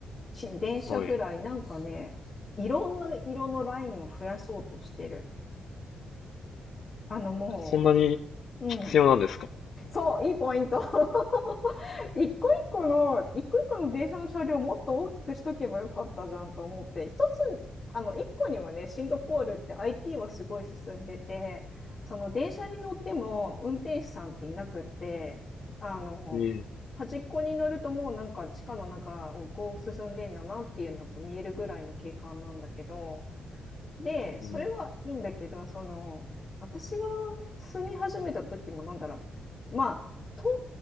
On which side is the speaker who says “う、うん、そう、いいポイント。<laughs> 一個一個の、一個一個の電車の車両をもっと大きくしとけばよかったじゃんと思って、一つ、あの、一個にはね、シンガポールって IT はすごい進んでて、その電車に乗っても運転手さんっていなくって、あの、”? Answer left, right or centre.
Left